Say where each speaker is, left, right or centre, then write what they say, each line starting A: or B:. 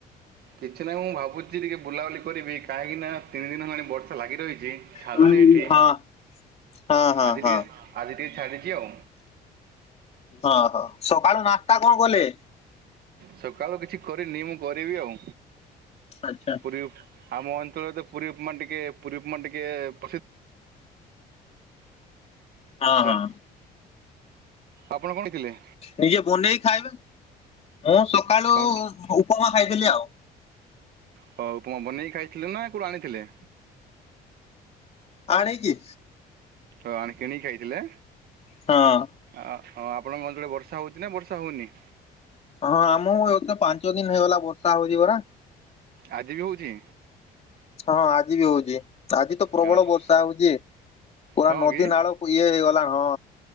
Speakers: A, on the right (about 65°); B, on the left (about 40°).
A: କିଛି ନାହିଁ ମୁଁ ଭାବୁଚି ଟିକେ ବୁଲାବୁଲି କରିବି କାହିଁକି ନା ତିନି ଦିନ ହେଲାଣି ବର୍ଷା ଲାଗି ରହିଚି ଛାଡୁନି
B: ହଁ
A: ଏଠି।
B: ହଁ ହଁ
A: ଆଜି
B: ହଁ
A: ଟିକେ ଆଜି ଟିକେ ଛାଡିଚି ଆଉ
B: ହଁ ହଁ ସକାଳୁ ନାସ୍ତା କଣ କଲେ?
A: ସକାଳୁ କିଛି କରିନି ମୁଁ କରିବି ଆଉ
B: ଆଛା।
A: ପୁରୀ ଆମ ଅଞ୍ଚଳରେ ତ ପୁରୀ ଉପମା ଟିକେ ପୁରୀ ଉପମା ଟିକେ ପସି
B: ହଁ
A: ହାଲୋ
B: ହଁ
A: ଆପଣ କଣ ଖାଇଥିଲେ?
B: ନିଜେ ବନେଇ ଖାଇଲୁ ମୁଁ ସକାଳୁ
A: କଣ
B: ଉପମା ଖାଇଥିଲି ଆଉ
A: ହଉ ଉପମା ବନେଇକି ଖାଇଥିଲେ ନା କୋଉଠୁ ଆଣିଥିଲେ?
B: ଆଣିକି
A: ଓ ଆଣି କିଣିକି ଖାଇଥିଲେ?
B: ହଁ।
A: ଆଉ ଆପଣଙ୍କ ଅଞ୍ଚଳରେ ବର୍ଷା ହଉଚି ନା ବର୍ଷା ହଉନି?
B: ହଁ ଆମକୁ ଏତ ପାଞ୍ଚ ଦିନ ହେଇଗଲା ବର୍ଷା ହଉଚି ପରା।
A: ଆଜି ବି ହଉଚି?
B: ହଁ ଆଜି ବି ହଉଚି। ଆଜି ତ ପ୍ରବଳ
A: ଓହୋ
B: ବର୍ଷା ହଉଚି ପୁରା
A: ହଁ
B: ନଦୀ
A: କି
B: ନାଳକୁ ଇଏ ହେଇଗଲା ହଁ।